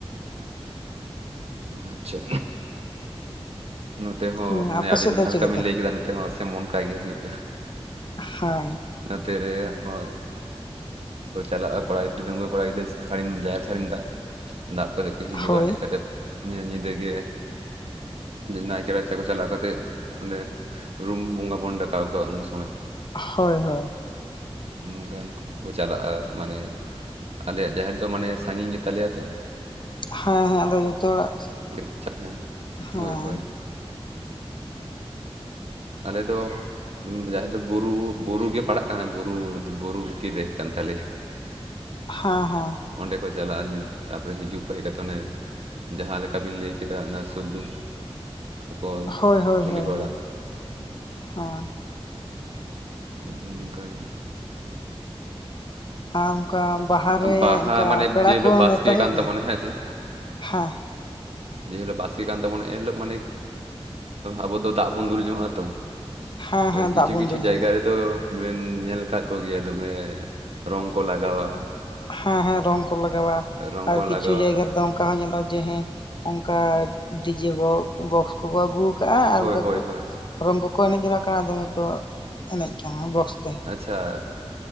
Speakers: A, on the right; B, on the left.
A: ᱟᱪᱪᱷᱟ ᱱᱚᱛᱮ ᱦᱚᱸ
B: ᱦᱮᱸ
A: ᱢᱟᱱᱮ
B: ᱟᱯᱮ
A: ᱟᱵᱤᱱ
B: ᱥᱮᱫ
A: ᱡᱟᱦᱟᱸ
B: ᱫᱚ ᱪᱮᱫ
A: ᱞᱮᱠᱟ ᱵᱤᱱ ᱞᱟᱹᱭ ᱠᱮᱫᱟ ᱱᱚᱛᱮ ᱦᱚᱸ ᱥᱮᱢ ᱚᱱᱠᱟ ᱜᱮ ᱦᱩᱭᱩᱜᱼᱟ
B: ᱦᱮᱸ
A: ᱱᱚᱛᱮ ᱨᱮ ᱦᱚᱸ ᱠᱚ ᱪᱟᱞᱟᱜᱼᱟ ᱠᱚᱲᱟ ᱜᱤᱫᱽᱨᱟᱹ ᱰᱟᱺᱜᱽᱣᱟᱹ ᱠᱚᱲᱟ ᱜᱤᱫᱟᱹᱨ ᱥᱟᱹᱲᱤᱢ ᱡᱟᱦᱮᱨ ᱥᱟᱹᱲᱤᱢ ᱫᱟᱵ ᱫᱟᱵ ᱠᱟᱛᱮ ᱠᱚ ᱦᱤᱡᱩᱜᱼᱟ
B: ᱦᱳᱭ
A: ᱦᱮᱡ ᱠᱟᱛᱮ ᱧᱤᱼᱧᱤᱫᱟᱹ ᱜᱮ ᱱᱟᱭᱠᱮ ᱨᱟᱪᱟ ᱛᱮ ᱠᱚ ᱪᱟᱞᱟᱣ ᱠᱟᱛᱮᱫ ᱚᱸᱰᱮ ᱨᱩᱢ ᱵᱚᱸᱜᱟ ᱵᱚᱱ ᱰᱟᱠᱟᱣ ᱠᱚᱣᱟ ᱩᱱ ᱥᱚᱢᱚᱭ
B: ᱦᱳᱭ ᱦᱳᱭ
A: ᱚᱱᱠᱟᱱ ᱠᱚᱼᱠᱚ ᱪᱟᱞᱟᱜᱼᱟ ᱢᱟᱱᱮ ᱟᱞᱮᱭᱟᱜ ᱡᱟᱦᱮᱸᱨ ᱫᱚ ᱢᱟᱱᱮ ᱥᱟᱺᱜᱤᱧ ᱜᱮᱛᱟ ᱞᱮᱭᱟ ᱛᱚ
B: ᱦᱮᱸ ᱦᱮᱸ ᱟᱫᱚ ᱡᱚᱛᱚ ᱦᱚᱲᱟᱜ
A: <unintelligible> ᱦᱮᱸ
B: ᱦᱮᱸ
A: ᱦᱳᱭ ᱦᱳᱭ
B: <inaudible>
A: ᱟᱞᱮ ᱫᱚ ᱡᱟᱦᱮᱸᱨ ᱫᱚ ᱵᱩᱨᱩ ᱵᱩᱨᱩ ᱜᱮ ᱯᱟᱲᱟᱜ ᱠᱟᱱᱟ ᱵᱩᱨᱩ ᱵᱩᱨᱩ ᱵᱷᱤᱛᱤᱨ ᱨᱮ ᱠᱟᱱ ᱛᱟᱞᱮᱭᱟ
B: ᱦᱮᱸ ᱦᱮᱸ
A: ᱚᱸᱰᱮ ᱠᱚ ᱪᱟᱞᱟᱜᱼᱟ ᱛᱟᱯᱚᱨᱮ ᱦᱤᱡᱩᱜ ᱠᱚ ᱦᱮᱡ ᱠᱟᱛᱮ ᱚᱱᱮ ᱡᱟᱦᱟᱸ ᱞᱮᱠᱟ ᱵᱤᱱ ᱞᱟᱹᱭ ᱠᱮᱫᱟ ᱚᱱᱟ ᱥᱩᱠ ᱫᱩᱠ ᱟᱠᱚ
B: ᱦᱳᱭ ᱦᱳᱭ
A: ᱠᱩᱞᱤ
B: ᱦᱳᱭ
A: ᱵᱟᱲᱟ
B: ᱦᱮᱸ ᱦᱮᱸ
A: ᱚᱱᱠᱟ ᱜᱮ
B: ᱟᱨ ᱚᱱᱠᱟ ᱵᱟᱦᱟ ᱨᱮ
A: ᱵᱟᱦᱟ
B: ᱚᱱᱠᱟ
A: ᱢᱟᱱᱮ
B: ᱯᱮᱲᱟ
A: ᱡᱮ ᱦᱤᱞᱳᱜ
B: ᱠᱚ
A: ᱵᱟᱥᱠᱮ
B: ᱱᱮᱶᱛᱟ ᱦᱩᱭᱩᱜ
A: ᱠᱟᱱ
B: ᱜᱮᱭᱟ
A: ᱛᱟᱵᱚᱱᱟ ᱦᱮᱸ ᱥᱮ
B: ᱦᱮᱸ
A: ᱡᱮ ᱦᱤᱞᱳᱜ ᱵᱟᱥᱠᱮ ᱠᱟᱱ ᱛᱟᱵᱚᱱᱟ ᱮᱱᱦᱤᱞᱳᱜ ᱢᱟᱱᱮ ᱟᱵᱚ ᱫᱚ ᱫᱟᱜ ᱵᱚᱱ ᱫᱩᱞ ᱧᱚᱜᱚᱜᱼᱟ ᱛᱚ
B: ᱦᱮᱸ
A: ᱟᱨ
B: ᱦᱮᱸ
A: ᱠᱤᱪᱩ
B: ᱫᱟᱜ ᱵᱚᱱ
A: ᱠᱤᱪᱩ
B: ᱫᱩᱞ
A: ᱡᱟᱭᱜᱟ
B: ᱡᱚᱱᱟᱜᱼᱟ
A: ᱨᱮ ᱫᱚ ᱵᱮᱱ ᱧᱮᱞ ᱟᱠᱟᱜ ᱠᱚ ᱜᱮᱭᱟ ᱫᱚᱢᱮ ᱨᱚᱝ ᱠᱚ ᱞᱟᱜᱟᱣᱟ
B: ᱦᱮᱸ ᱦᱮᱸ ᱨᱚᱝ ᱠᱚ ᱞᱟᱜᱟᱣᱟ
A: ᱨᱚᱝ
B: ᱟᱨ
A: ᱠᱚ
B: ᱠᱤᱪᱷᱩ
A: ᱞᱟᱜᱟᱣᱟ
B: ᱡᱟᱭᱜᱟ ᱨᱮᱫᱚ ᱚᱱᱠᱟ ᱦᱚᱸ ᱧᱮᱞᱚᱜᱼᱟ ᱡᱮ ᱦᱮᱸ ᱚᱱᱠᱟ ᱰᱤᱡᱮ ᱵᱚᱠ ᱵᱚᱠᱥ ᱠᱚᱠᱚ ᱟᱹᱜᱩᱣᱟᱠᱟ-ᱟ ᱟᱨ
A: ᱦᱳᱭ
B: ᱚᱱᱠᱟ
A: ᱦᱳᱭ
B: ᱠᱚ
A: ᱦᱳᱭ
B: ᱨᱚᱝ ᱠᱚᱠᱚ ᱮᱱᱮᱡ ᱡᱚᱱᱚᱜ ᱠᱟᱱᱟ ᱫᱚᱢᱮ ᱠᱚ ᱮᱱᱮᱡ ᱠᱟᱱᱟ ᱵᱚᱠᱥ ᱛᱮ
A: ᱟᱪᱪᱷᱟ